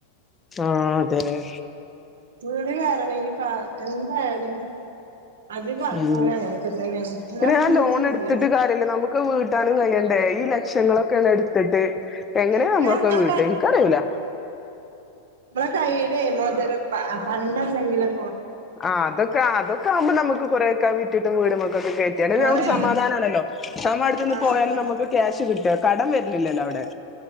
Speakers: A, on the left (about 15°); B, on the right (about 60°).
A: ആഹ് അതേയ്
B: വീട് കേറണങ്കിൽ <unintelligible> എന്തായാലും അധികം ആൾക്കാരും
A: ഉം
B: അങ്ങനൊക്കെ തന്നെയാണ് അല്ലാപ്പ
A: പിന്നെ ആ
B: എന്താ
A: ലോൺ
B: ചെയ്യാ
A: എടുത്തിട്ട് കാര്യമില്ല നമ്മുക്ക് വീട്ടാനും കഴിയണ്ടേ? ഈ ലക്ഷങ്ങളൊക്കെട് എടുത്തിട്ട് എങ്ങനെയ
B: പിന്നെ
A: നമ്മളൊക്കെ
B: നമ്മളെ
A: വീട്ട എനിക്കറിയുല്ല.
B: നമ്മളുടെ കൈയ്യിലെ മൊതല് പ പണ്ടം എന്തെങ്കിലും
A: ആഹ് അതൊക്കെ അതൊക്കാവു നമ്മുക്ക് കൊറെയൊക്കെ വീട്ടിട്ടും വീടുമ്മേക്കൊക്കെ കേറ്റിയാൽ
B: കൊറേ
A: നമുക്ക് സമാധാനം ആണല്ലോ നമ്മുടെ അടുത്തുനിന്ന്
B: ആ
A: പോയാലും
B: അതെ
A: നമ്മുക്ക് ക്യാഷ് ഇ കിട്ടാ കടം വരില്ലല്ലോ അവിടെ.